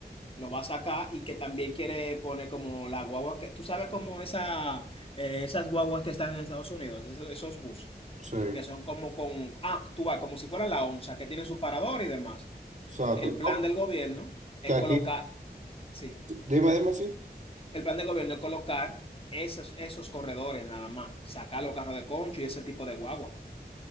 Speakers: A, on the left (about 35°); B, on the right (about 45°).
A: lo va a sacar y que también quiere poner como la guagua que, tú sabes como esa, eh, esas guaguas que están en Estados Unidos, esos, esos bus,
B: Sí,
A: que son como con, ah, tú vas, como si fuera la onza, que tiene su parador y demás.
B: exacto.
A: El
B: No,
A: plan del gobierno
B: que
A: es
B: aquí,
A: colocar, sí,
B: dime, dime así.
A: el plan del gobierno es colocar esos, esos corredores nada más, sacar los carros de concho y ese tipo de guagua.